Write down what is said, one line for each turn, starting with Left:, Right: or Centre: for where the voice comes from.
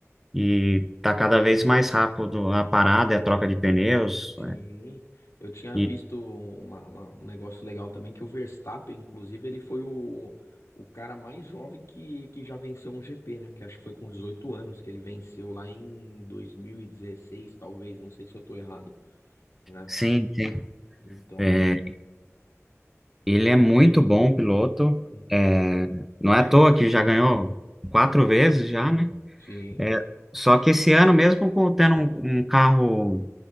Centre: e tá cada vez mais rápido a parada e a troca de pneus.
Left: Sim, Eu tinha
Centre: E
Left: visto uma- uma- um negócio legal também que o Verstappen, inclusive, ele foi o, o cara mais jovem que, que já venceu um GP, né? Que acho que foi com 18 anos que ele venceu lá em 2016, talvez, não sei se eu tô errado, né?
Centre: sim, sim.
Left: Então,
Centre: É, Ele é muito bom piloto.
Left: uhum,
Centre: É, não é à toa que já ganhou quatro vezes já, né?
Left: sim.
Centre: É, só que esse ano, mesmo com- tendo um, um carro